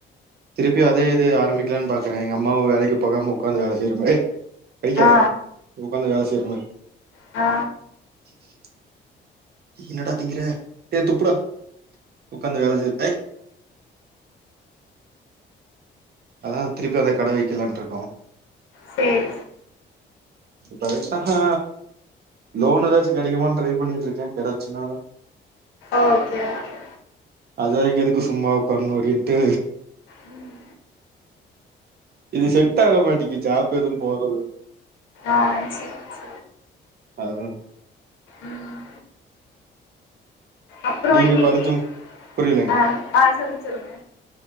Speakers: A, on the right (about 55°); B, on the left (about 80°).
A: திருப்பி அதே இது ஆரம்பிக்கலானு பாக்கற எங்க அம்மாவ வேலைக்கு போகாம உக்காந்து வேல செய்யுற மாறி ஏய் கடிக்காத
B: ஆ
A: உக்காந்து வேல செய்ற மாறி
B: ஆ
A: <inaudible> இன்னடா திங்கிற ஏ துப்புடா உக்காந்து வேல செய் ஏய் அதா திருப்பி அத கட வெக்கலான்ட்டு இருக்கோ
B: செ
A: பவித்தக்கா லோன் ஏதாச்சு கெடைக்குமா ட்ரை பண்ணிட்டு இருக்க கெடைச்சா
B: ஓகே ஓகே
A: அது வரைக்கு எதுக்கு சும்மா உக்காரணு அப்டின்ட்டு
B: உம்
A: இது செட் ஆக மாட்டேக்கி ஜாப் எதும் போறது
B: ஆ சரி ச
A: அதுதா
B: ம் அப்றோ
A: நீங்க
B: இன்னைக்கு
A: படிச்சு மு- புரியலங்க
B: ஆ ஆ சொல்லுங்க சொல்லுங்க